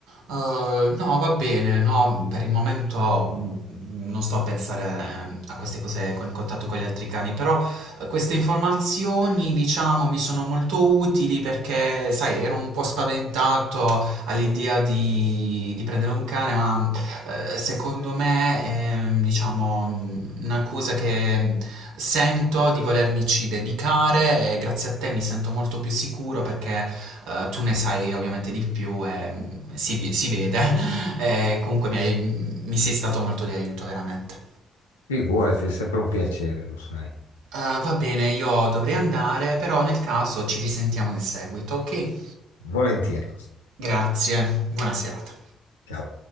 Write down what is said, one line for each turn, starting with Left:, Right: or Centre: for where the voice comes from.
Right: no, va bene, no, per il momento mm, non sto a pensare a queste cose con il contatto con gli altri cani, però eh, queste informazioni, diciamo, mi sono molto utili perché, sai, ero un po' spaventato all'idea di, di prendere un cane, ma eh, secondo me è, diciamo, una cosa che sento di volermici dedicare e grazie a te mi sento molto più sicuro perché eh, tu ne sai ovviamente di più e si, vi- si vede. <laughs> E comunque mi, hai- mi sei stato molto di aiuto, veramente.
Left: figurati, è sempre un piacere, lo sai.
Right: Eh, va bene, io dovrei andare, però nel caso ci risentiamo in seguito, ok?
Left: Volentieri.
Right: Grazie, buona serata.
Left: Ciao.